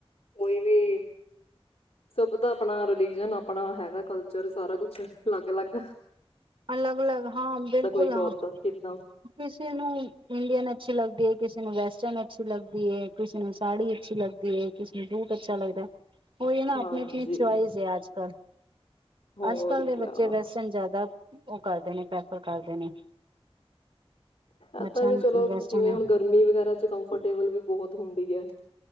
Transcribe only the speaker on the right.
ਅਲੱਗ -ਅਲੱਗ ਹਾਂ ਬਿਲਕੁਲ
ਹਾਂ
ਕਿਸੇ ਨੂੰ ਇੰਡੀਅਨ ਅੱਛੀ ਲੱਗਦੀ ਹੈ ਕਿਸੇ ਕਿਸੇ ਨੂੰ ਵੈਸਟਰਨ ਅੱਛੀ ਲੱਗਦੀ ਏ ਕਿਸੇ ਨੂੰ ਸਾੜੀ ਅੱਛੀ ਲੱਗਦੀ ਏ ਕਿਸੇ ਨੂੰ ਸੂਟ ਅੱਛਾ ਲੱਗਦਾ। ਹੋਹੀ ਹੈ ਨਾ
ਆਪਣੇ ਆਪਣੀ ਚੁਆਇਸ ਹੈ ਅੱਜ ਕੱਲ।
ਅੱਜ ਕੱਲ੍ਹ ਦੇ
ਬੱਚੇ ਵੈਸਟਰਨ ਜ਼ਿਆਦਾ ਉਹ ਕਰਦੇ ਨੇ ਪੈਫਰ ਕਰਦੇ ਨੇ। ਬੱਚਿਆਂ
ਨੂੰ
ਵੈਸਟਰਨ